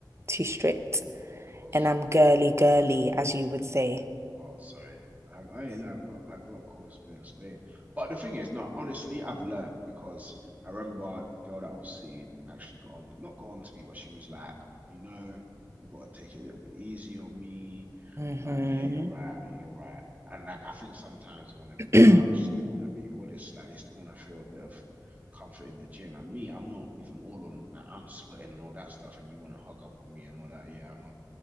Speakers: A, on the right; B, on the right.
A: too strict.
B: course.
A: And I'm girly, girly, as you would say.
B: Oh, sorry. I, I ain't know. I got, I got a course a spade a spade. But the thing is, no, honestly, I've learned because I remember a girl that I was seeing actually got on, not got on to me, but she was like, you know, you got to take it a little bit easy on me.
A: hmm
B: I'm like, yeah, you're right. You're right. And like, I think sometimes they want to be
A: <clears throat>
B: touched. They want to be all this. Like, they still want to feel a bit of comfort in the gym. And me, I'm not even all on, like, I'm sweating and all that stuff. And you want to hug up on me and all that. Yeah, I'm not